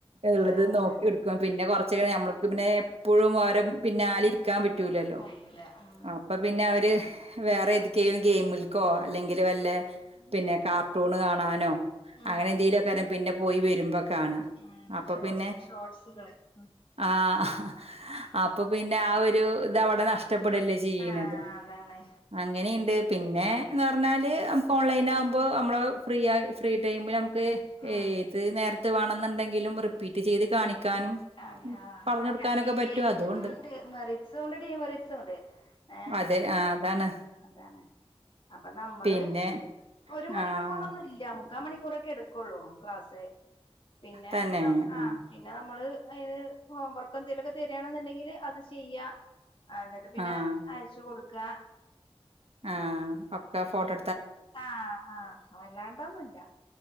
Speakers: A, on the right; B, on the left.
A: ഇള്ളത്
B: ആഹ്
A: നോക്കിട്ക്കും. പി ന്നെ കൊറ്ച്ച് കഴിഞ് ഞമ്മൾക്ക് പിന്നെ എപ്പഴും ഓരെ പിന്നാലെ ഇര്ക്കാൻ പറ്റൂലല്ലോ.
B: കയ്യില് ഉം
A: അപ്പം പിന്നെ അവര് വേറെ ഏത്ക്കേലും ഗെയിമിൽക്കോ അല്ലെങ്കില് വല്ല
B: ഉം
A: പിന്നെ കാർട്ടൂണ് കാണാനോ
B: ഉം
A: അങ്ങനെന്തെലൊക്കാരം പിന്നെ പോയി വരുമ്പ കാണാ.
B: ആഹ്
A: അപ്പൊ
B: ഷോട്സ്
A: പിന്നെ
B: ഷോർട്സുകള് ഉം.
A: ആഹ്. അപ്പൊ പിന്നെ ആ ഒരു ത് അവടെ നഷ്ടപ്പെടല്ലേ ചെയ്യ്ണത്.
B: ആഹ് അതാണ്
A: അങ്ങനിണ്ട്. പിന്നെ ന്നർണാല് നമ്ക്ക് ഓൺലൈനാവ്മ്പോ നമ്മള് ഫ്രീയായി ഫ്രീ ടൈമില് നമ്ക്ക്
B: ഉം
A: ഏത് നേരത്ത് വാണം ന്ന് ണ്ടെങ്കിലും റിപ്പീറ്റ് ചെയ്ത് കാണിക്കാനും,
B: ആണ് ആഹ്
A: പറഞ്ഞു
B: അതെന്നെ.
A: കൊടുക്കാനൊക്കെ പറ്റും
B: ഏതിനുണ്ട്
A: അതുണ്ട്
B: മെറിറ്റ്സുംണ്ട് ഡിമെറിറ്റ്സുംണ്ട്. ഏഹ്
A: അതെ ആ അതാണ്
B: ആഹ് അതാണ്. അപ്പ നമ്മള്
A: പിന്നെ
B: ഒരു മണിക്കൂറൊന്നു
A: ആഹ്
B: ല്ല്യ മുക്കാമണിക്കൂറോക്കെ എടുക്കൊള്ളൂ ക്ലാസ്. പിന്നെ
A: തന്നെ
B: ന
A: ആഹ്
B: പിന്നെ നമ്മള് അയ്‌ന്ന് ഹോം വർക്ക് എന്തെലൊക്കെ തെരാണ്ന്ന്ണ്ടെങ്കിൽ അത് ചെയ്യാ, ആഹ് ന്നട്ട് പിന്നെ
A: ആഹ്
B: അയച്ച് കൊടുക്കാ.
A: ആഹ് ഒക്ക ഫോട്ടോട്
B: ആഹ് ആഹ് വല്ലാണ്ടൊന്നുല്ല.